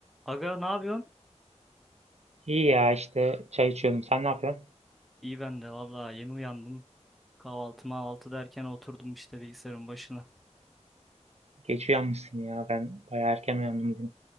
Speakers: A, in the centre; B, on the right.
A: Aga ne yapıyorsun?
B: İyi ya işte çay içiyordum. Sen ne yapıyorsun?
A: İyi ben de vallahi yeni uyandım. Kahvaltı mahvaltı derken oturdum işte bilgisayarın başına.
B: Geç uyanmışsın ya. Ben bayağı erken uyandım bugün.